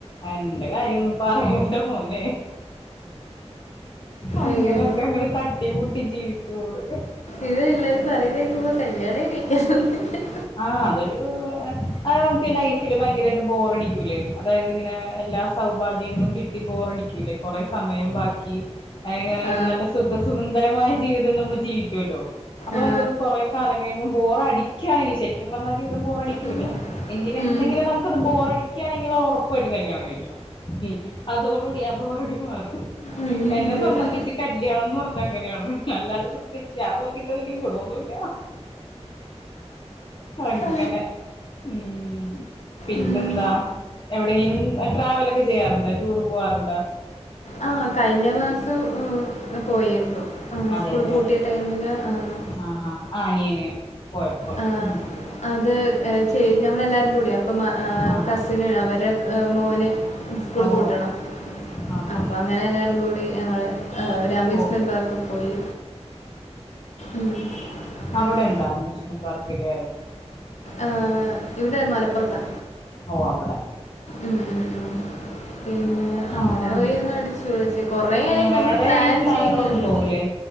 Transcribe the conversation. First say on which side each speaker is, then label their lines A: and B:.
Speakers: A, on the left; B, on the left.
A: എന്റെ കാര്യ ഒന്നും പറയേണ്ട മോനെ. അങ്ങനാക്
B: അയ്യോ
A: കങ്ങട് തട്ടീ മുട്ടി ജീവിച്ചു പോണ്.
B: ഇത് എല്ലാരും പറയ്ന്നെ കേക്കുമ്പോ കല്യാണേ കഴിക്കാൻ തോന്നുന്നില്ല.
A: ആഹ് അതൊരു അത് നമുക്ക് ലൈഫില് ഭയങ്കരായ് ട്ട് ബോറടിക്കൂല്ലേ? അതായത് ഇങ്ങനെ എല്ലാ സൗഭാഗ്യങ്ങളും കിട്ടി ബോറടിക്കൂല്ലേ? കൊറേ സമയം ബാക്കി <unintelligible>
B: ആ
A: നല്ല സുഖ സുന്ദരമായ ജീവിതം നമ്മൾ ജീവിക്ക്യോല്ലോ, അപ്പം
B: ആ
A: നമുക്കത് കൊറെ കാലം കഴിയുമ്പം ബോറടിക്ക്യാണെങ്കി ശെരിക്കും പറഞ്ഞാ ജീവിതം ബോറടിക്ക്യൂല്ല.
B: ഉം.
A: എങ്കിലും എന്നെങ്കിലും
B: ഉം.
A: നമുക് കത് ബോറടിക്ക്യാണെങ്കില് ഒറപ്പായിട്ടും കല്യാണം കഴിക്ക്യണം. ഉം അതോടു കൂടി ആ ബോറടി മാറും.
B: അയ്യോടാ
A: എന്നെ സംബന്ധിച്ച് കല്യാണം ന്ന് പറഞ്ഞ അങ്ങനെയാണ്. അല്ലാതെ പ്രത്യേകിച്ച് ഞാൻ നോക്കീട്ട് വല്യ ഗുണവൊന്നു ഇല്ല. അങ്ങനെ,
B: ആ,
A: ഊം. പിന്നെന്താ,
B: ഉം.
A: എവിടെങ്കിലും ട്രാവലൊക്കെ ചെയ്യാറുണ്ടോ ടൂർ പോവാറുണ്ടോ?
B: ആഹ് കഴിഞ്ഞ മാസം പോയിരുന്നു. ആഹ്
A: അതെല്ലേ
B: സ്കൂള് പൂട്ടിയ ടൈമില്. ആഹ്.
A: ആഹ് ഹാ ഹ് അനിയന് പോയപ്പം
B: ആ,
A: ഉം.
B: അത് ചെയ് ഞമ്മളെല്ലാരും കൂട്യേ അപ്പം ഏഹ്
A: ആഹ്
B: കസിന്
A: ആഹ് ആഹ്
B: അവരെ മോന്, സ്കൂള്
A: ഓ
B: പൂട്ടണം
A: ആഹ് ആഹ്
B: അപ്പൊ
A: ആഹ്
B: അങ്ങനെ എല്ലാരും കൂടി ഞങ്ങള്, ഏഹ് ഒരു അമ്യൂസ്മെന്റ്
A: പോവും
B: പാർക്ക് പോയി. ഉം. ഉം.
A: അവിടെണ്ടൊ അമ്യൂസ്മെൻ പാർക്കില്?
B: ഏഹ് ഇവിടെ മലപ്പുറത്താ.
A: ഓ അവിടെ
B: ഉം ഉം ഉം പിന്നെ
A: ആഹ്
B: അങ്ങനെ പോയി അടിച്ചു പൊളിച്ച് കൊറേ
A: ഉം
B: ആയി നമ്മൾ
A: വേറെ
B: പ്ലാൻ
A: ഇങ്ങനെ സ്ഥലങ്ങളൊന്നും
B: ചെയ്യുന്നെ ഉള്ളു
A: പോവൂലേ